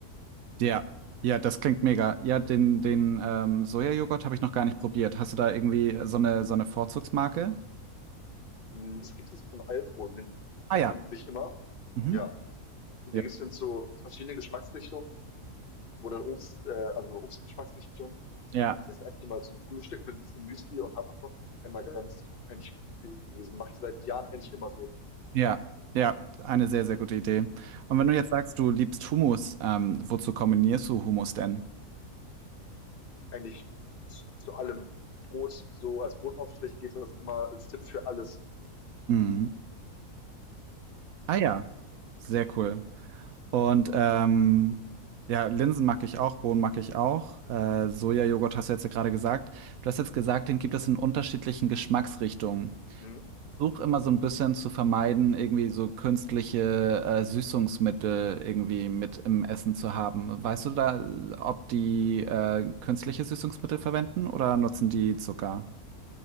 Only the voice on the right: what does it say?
Ja. Ja, das klingt mega. Ja, den, den ähm, Sojajoghurt habe ich noch gar nicht probiert. Hast du da irgendwie so eine, so eine Vorzugsmarke?
Ah ja.
Mhm.
Ja.
Ja.
Ja. Ja, eine sehr, sehr gute Idee. Und wenn du jetzt sagst, du liebst Hummus, ähm, wozu kombinierst du Hummus denn?
Mhm. Ah ja, sehr cool. Und ähm, ja, Linsen mag ich auch, Bohnen mag ich auch. Äh, Sojajoghurt hast du jetzt ja gerade gesagt. Du hast jetzt gesagt, den gibt es in unterschiedlichen Geschmacksrichtungen.
versuche immer so ein bisschen zu vermeiden, irgendwie so künstliche äh, Süßungsmittel irgendwie mit im Essen zu haben. Weißt du da, ob die äh, künstliche Süßungsmittel verwenden oder nutzen die Zucker?